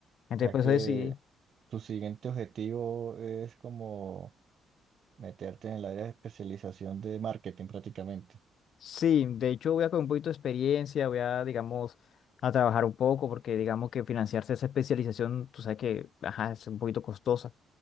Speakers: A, on the left; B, on the right.
A: Entonces,
B: ya
A: por
B: que
A: eso decidí.
B: tu siguiente objetivo es como meterte en el área de especialización de marketing prácticamente.
A: Sí, de hecho voy a con un poquito de experiencia, voy a, digamos, a trabajar un poco porque digamos que financiarse esa especialización, tú sabes que, ajá, es un poquito costosa.